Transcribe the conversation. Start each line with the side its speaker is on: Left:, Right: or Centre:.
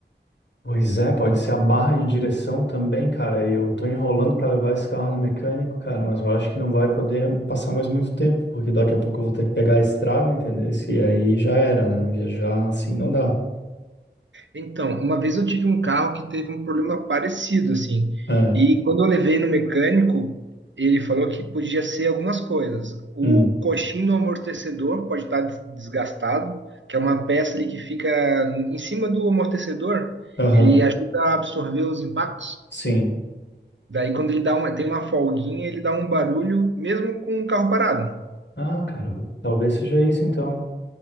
Left: Pois é, pode ser a barra de direção também, cara. Eu tô enrolando pra levar esse carro no mecânico, cara, mas eu acho que não vai poder passar mais muito tempo, porque daqui a pouco eu vou ter que pegar a estrada, entendeu? E aí já era, né? Viajar assim não dá.
Right: Então, uma vez eu tive um carro que teve um problema parecido, assim.
Left: É.
Right: E quando eu levei no mecânico, ele falou que podia ser algumas coisas. O
Left: Hum.
Right: coxim do amortecedor pode estar des- desgastado, que é uma peça ali que fica em cima do amortecedor.
Left: Aham.
Right: Ele ajuda a absorver os impactos.
Left: Sim.
Right: Daí, quando ele dá uma, tem uma folguinha, ele dá um barulho, mesmo com o carro parado.
Left: Ah, cara, talvez seja isso então.